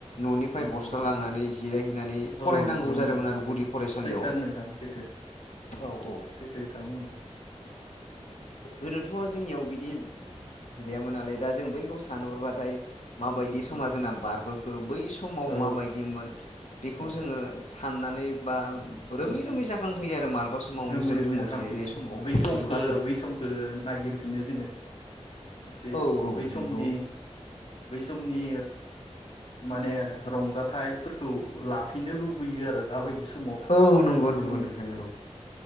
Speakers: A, on the left (about 80°); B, on the left (about 60°).
A: न'निफ्राय
B: औ
A: बस्था
B: नंगौ नोंथां
A: लांनानै जिरायहैनानै
B: औ
A: फरायनांगौ
B: नंगौ
A: जादोंमोन
B: नंगौ
A: आरो
B: नंगौ
A: गुदि फरायसालियाव।
B: सैथोआनो नोंथां सैथो
A: औ औ
B: सैथो खोथा बुंदों।
A: गोदोथ' जोंनियाव बिदि गैयामोन नालाय दा जों बैखौ सानहरबाथाय मा बायदि समा
B: औ
A: जोंना
B: नोंथां
A: बारबोखो बै समाव
B: औ
A: मा बायदिमोन बेखौ
B: औ
A: जोङो साननानै बा रोमै
B: उम उम
A: रोमै जाखांफैयो आरो मालाबा समाव
B: रोमै
A: निजोम
B: रोमै
A: समाव
B: जाखांफैयो
A: जिरायनाय समाव
B: बै
A: बैफोर
B: समखौ
A: बा
B: बै समखो नागिरफिनो जोङो। एसे
A: औ औ
B: बै समनि
A: नंगौ
B: बै समनि माने रंजाथाइफोरखौ लाफिननो लुबैयो आरो दा बायदि समाव
A: औ नंगौ
B: बै
A: नंगौ
B: समनि
A: नोंथां
B: <inaudible>
A: औ